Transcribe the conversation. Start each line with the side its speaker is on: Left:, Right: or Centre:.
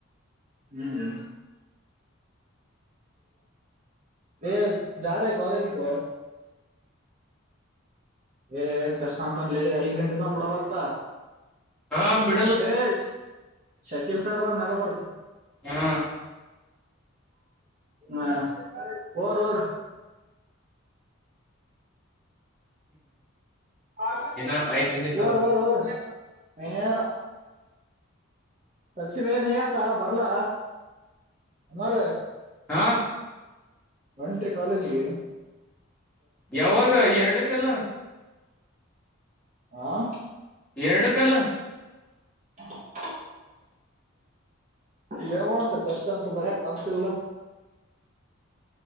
Right: ಹ್ಮ್ ಎ ಜಾರೆ ಕಾಲಜ ಕ ಏ ಕಷ್ಟ ಅಂತನ್ಲೇ ಐದ್ ಗಂಟೆ ತನ್ ಬಿಡಲ್ಲತ್ತ.
Centre: ಹಾ ಬಿ
Right: ಖರೇಶ್ ಶಕೀಲ್ ಸರ್ದಾದ ನಡಬರ್ಕ.
Centre: ಹಾ
Right: ಹಾ ಓರಿ ಓರಿ. ಅ
Centre: ಇನ್ನ ಐದ್ ನಿಮಿಷ ಅದ
Right: ಓರಿ ಓರಿ ಓರಿ <unintelligible> ಸಚಿವೇನಯ್ಯತ ಬರ್ಲಾ ಅಣ್ಣೋರೆ.
Centre: ಹಾಂ
Right: ಒಂಟ್ರಿ ಕಾಲೇಜಿಗಿ.
Centre: ಯಾವಾಗ ಎರಡಕ್ಕಲ್ಲ.
Right: ಹಾ
Centre: ಎರಡು ಕಲ್ಲ.
Right: ಹ <inaudible> ಯ ಮಾಡಡ್ತ ಟಷ್ಟಟ್ ಅತ್ ಬರಯಕ್ ಬನ್ಸಿಲ್ಲಾ